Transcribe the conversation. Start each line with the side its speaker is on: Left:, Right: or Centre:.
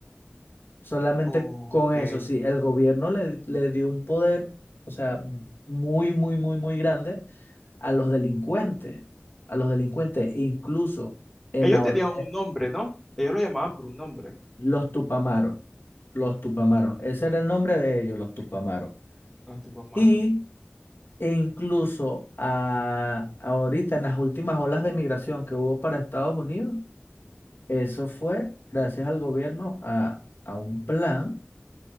Left: Solamente
Centre: ok.
Left: con eso, si el gobierno le, le dio un poder, o sea, muy, muy, muy, muy grande a los delincuentes, a los delincuentes, e incluso en
Centre: Ellos
Left: la
Centre: tenían un
Left: eh,
Centre: nombre, ¿no? Ellos lo llamaban por un nombre,
Left: los Tupamaros, los Tupamaros, ese era el nombre de ellos, los Tupamaros.
Centre: los Tupamaros.
Left: Y e incluso a, ahorita en las últimas olas de migración que hubo para Estados Unidos, eso fue gracias al gobierno a, a un plan